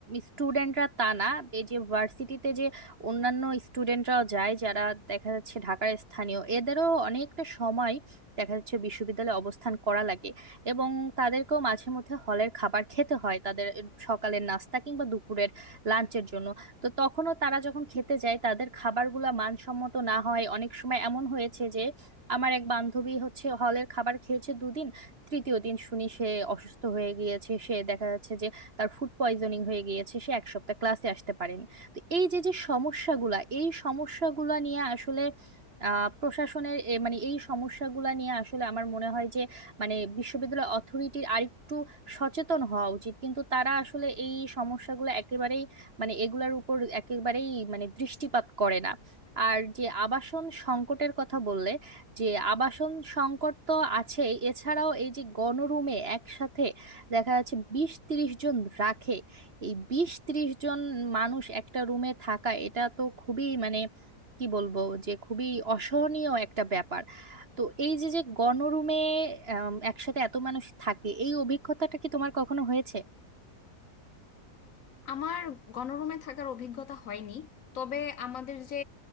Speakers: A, on the right (about 40°); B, on the left (about 60°).
A: স্টুডেন্টরা তা না এই যে ভার্সিটিতে যে অন্যান্য স্টুডেন্টরাও যায় যারা দেখা যাচ্ছে ঢাকার স্থানীয় এদেরও অনেকটা সময় দেখা যাচ্ছে বিশ্ববিদ্যালয়ে অবস্থান করা লাগে এবং তাদেরকেও মাঝে মধ্যে হলের খাবার খেতে হয় তাদের সকালের নাস্তা কিংবা দুপুরের লাঞ্চের জন্য তো তখনও তারা যখন খেতে যায় তাদের খাবারগুলা মানসম্মত না হয় অনেক সময় এমন হয়েছে যে আমার এক বান্ধবী হচ্ছে হলের খাবার খেয়েছে দুদিন তৃতীয় দিন শুনি সে অসুস্থ হয়ে গিয়েছে সে দেখা যাচ্ছে যে তার ফুড পয়জনিং হয়ে গিয়েছে সে এক সপ্তাহ ক্লাসে আসতে পারেনি তো এই যে যে সমস্যাগুলা এই সমস্যাগুলা নিয়ে আসলে আহ প্রশাসনের এ মানে এই সমস্যাগুলা নিয়ে আসলে আমার মনে হয় যে মানে বিশ্ববিদ্যালয় অথরিটির আরেকটু সচেতন হওয়া উচিত কিন্তু তারা আসলে এই সমস্যাগুলো একেবারেই মানে এগুলার উপর একেবারেই মানে দৃষ্টিপাত করে না আর যে আবাসন সংকটের কথা বললে যে আবাসন সংকট তো আছেই এছাড়াও এই যে গণরুমে একসাথে দেখা যাচ্ছে বিশ তিরিশ জন রাখে এই বিশ তিরিশ জন মানুষ একটা রুমে থাকা এটা তো খুবই মানে কি বলবো যে খুবই অসহনীয় একটা ব্যাপার তো এই যে যে গণরুমে আম, একসাথে এত মানুষ থাকে এই অভিজ্ঞতাটা কি তোমার কখনো হয়েছে
B: আমার গণরুমে থাকার অভিজ্ঞতা হয়নি তবে আমাদের যে